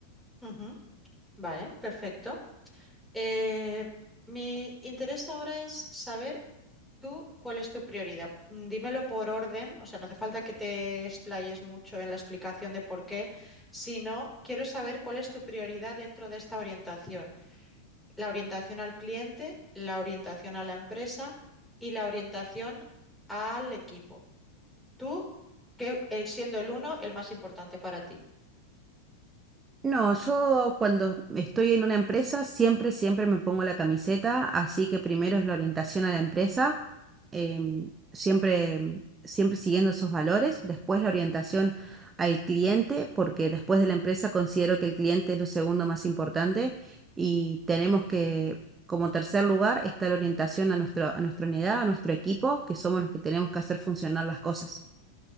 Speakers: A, in the centre; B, on the right (about 20°).
A: Ujú, Vale, perfecto. Eh, mi interés ahora es saber tú cuál es tu prioridad. Mm, Dímelo por orden, o sea, no hace falta que te explayes mucho en la explicación de por qué, sino quiero saber cuál es tu prioridad dentro de esta orientación. la orientación al cliente, la orientación a la empresa y la orientación al equipo. Tú, que eh, siendo el uno, el más importante para ti.
B: No, yo cuando estoy en una empresa siempre, siempre me pongo la camiseta, así que primero es la orientación a la empresa, em, siempre, siempre siguiendo esos valores, después la orientación al cliente, porque después de la empresa considero que el cliente es lo segundo más importante y tenemos que, como tercer lugar, está la orientación a nuestro, a nuestra unidad, a nuestro equipo, que somos los que tenemos que hacer funcionar las cosas.